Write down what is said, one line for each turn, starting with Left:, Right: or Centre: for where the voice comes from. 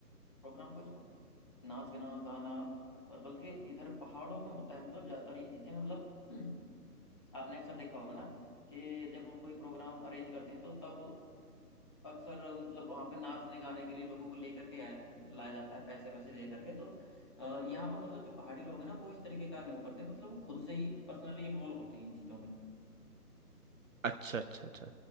Left: प्रोग्राम को इसको नाच गाना गाना और बल्कि इधर पहाड़ों में होता है मतलब ज़्यादातर ये चीज़ें मतलब <clears throat> आपने अक्सर देखा होगा ना कि जब हम कोई प्रोग्राम अरेंज करते हैं तो तब अक्सर मतलब वहां पे नाचने गाने के लिए लोगों को लेकर के आया- लाया जाता है पैसे वैसे दे करके तो अ, यहाँ पर मतलब जो पहाड़ी लोग हैं ना वो इस तरीके का नहीं करते मतलब वो खुद से ही पर्सनली इन्वॉल्व होते हैं इन चीजों में
Right: अच्छा अच्छा अच्छा